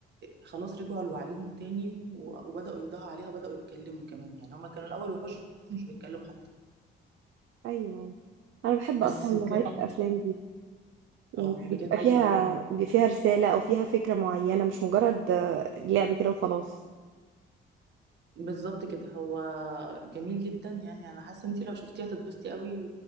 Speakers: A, on the right; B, on the right.
A: خلاص رجعوا لوعيهم تاني و- وبداوا يندهوا عليها وبداوا يتكلموا كمان يعني هما كانوا الاول وحوش مش بيتكلموا حتى
B: ايوه انا بحب
A: بس
B: اصلا نوعيه
A: بجد
B: الافلام دي يعني
A: اه بجد
B: بيبقى فيها
A: جميل
B: بيبقى فيها رسالة أو فيها فكرة معينة مش مجرد آه، لعب كده وخلاص
A: بالظبط كده هو جميل جدا يعني انا حاسه انت لو شفتيه هتتبسطي قوي و...